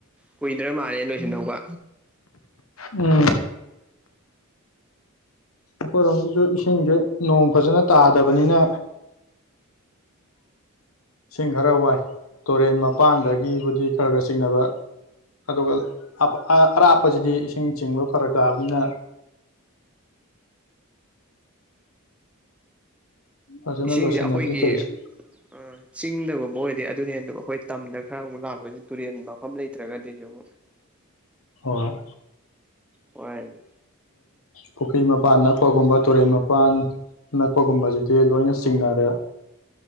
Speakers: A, in the centre; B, on the left.
A: ꯀꯨꯏꯗ꯭ꯔ ꯃꯥꯜꯂꯦ ꯂꯣꯏꯁꯤꯟꯗꯧꯕ
B: ꯎꯝ ꯑꯩꯈꯣꯏꯔꯣꯝꯒꯤꯁꯨ ꯏꯁꯤꯡꯁꯦ ꯅꯣꯡ ꯐꯖꯅ ꯇꯥꯗꯕꯅꯤꯅ ꯏꯁꯤꯡ ꯈꯔ ꯋꯥꯏ ꯇꯨꯔꯦꯟ ꯃꯄꯥꯟꯗꯒꯤꯕꯨꯗꯤ ꯈꯔ ꯈꯔ ꯆꯤꯡꯅꯕ ꯑꯗꯨꯒ ꯑꯔꯥꯞꯄꯁꯤꯗꯤ ꯏꯁꯤꯡ ꯆꯤꯡꯕ ꯐꯔꯛ ꯇꯥꯕꯅꯤꯅ ꯐꯖꯅ
A: ꯏꯁꯤꯡꯁꯦ
B: ꯂꯣꯏꯁꯟꯅꯗ꯭ꯔꯤ
A: ꯑꯩꯈꯣꯏꯒꯤ
B: ꯇꯧꯔꯤꯁꯦ
A: ꯑ ꯆꯤꯡꯗꯒꯨꯝꯕ ꯑꯣꯏꯔꯗꯤ ꯑꯗꯨꯅꯦ ꯑꯗꯨ ꯑꯩꯈꯣꯏ ꯇꯝꯗ ꯈꯔ ꯑꯃꯨꯛ ꯂꯥꯛꯄꯁꯤ ꯇꯨꯔꯦꯟ ꯃꯐꯝ ꯂꯩꯇ꯭ꯔꯒꯗꯤꯁꯨ ꯑꯃꯨꯛ <inaudible>
B: ꯑꯩ
A: ꯍꯣꯏ
B: ꯄꯨꯈ꯭ꯔꯤ ꯃꯄꯥꯟ ꯅꯛꯄꯒꯨꯝꯕ ꯇꯨꯔꯦꯟ ꯃꯄꯥꯟ ꯅꯛꯄꯒꯨꯝꯕꯁꯤꯗꯤ ꯂꯣꯏꯅ ꯆꯤꯡꯅꯔꯦ